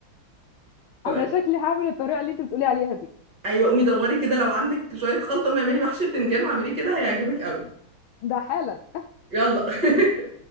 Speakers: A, on the right (about 55°); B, on the left (about 85°).
A: ف...
B: انا شكلي هعمل الطريقه اللي انت بتقولي عليها دي
A: ايوه قومي دوري كده لو عندك شويه خلطه ما اعملي محشي بتنجان واعمليه كده هيعجبك قوي
B: ده حالا
A: يلا <laughs>